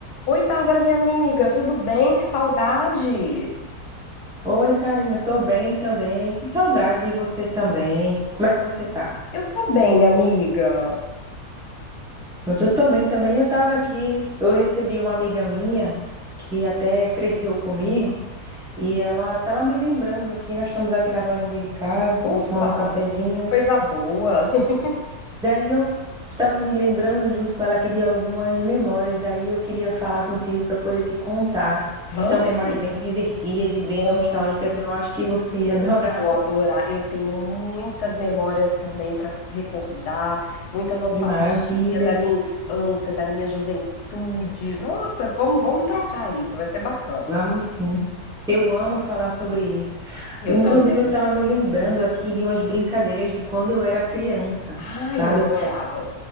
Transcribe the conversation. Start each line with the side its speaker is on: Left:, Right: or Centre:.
Left: Oi, Bárbara, minha amiga, tudo bem? Que saudade!
Centre: Oi, Karina, tô bem também, com saudade de você também. Como é que você tá?
Left: Eu tô bem, minha amiga.
Centre: Pronto, eu tô bem também. Eu tava aqui, eu recebi uma amiga minha que até cresceu comigo e ela tava me lembrando aqui, nós estamos aqui na varandinha de casa, tava
Left: Opa,
Centre: tomando um cafezinho.
Left: coisa boa. <laughs>
Centre: Daí eu tava me lembrando junto com ela que de algumas memórias, daí eu queria falar contigo para poder te contar,
Left: Vamos?
Centre: que são memórias bem divertidas e bem
Left: Oh,
Centre: nostálgicas. Eu acho que você ia adorar.
Left: eu vou
Centre: <laughs>
Left: adorar. Eu tenho muitas memórias também para recordar, muita nostalgia
Centre: E maravilha.
Left: da minha infância, da minha juventude. Nossa, vamos, vamos trocar isso, vai ser bacana.
Centre: Vamos sim. Eu amo falar sobre isso.
Left: Eu
Centre: Inclusive,
Left: também.
Centre: eu estava me lembrando aqui de umas brincadeiras de quando eu era criança,
Left: Ai,
Centre: sabe?
Left: eu adorava.